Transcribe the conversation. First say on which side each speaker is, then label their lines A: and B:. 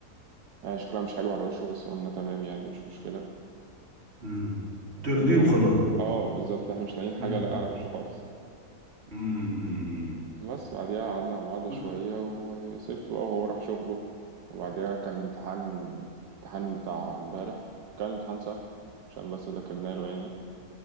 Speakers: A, on the right (about 80°); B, on the right (about 40°).
A: يعني شكلها مش حلو على وشه بس قلنا تمام يعني مش مشكلة
B: مم. ترضيه
A: إيه،
B: وخلاص
A: اه بالظبط احنا مش لاقيين حاجة
B: مم،
A: لاقية على وشه خالص
B: مم، مم، مم.
A: بس بعديها قعدنا مع بعض شوية
B: لا
A: وسبته بقى وهو راح شغله وبعديها كان امتحان امتحان بتاع امبارح كان امتحان سهل عشان بس ذاكرنا له يعني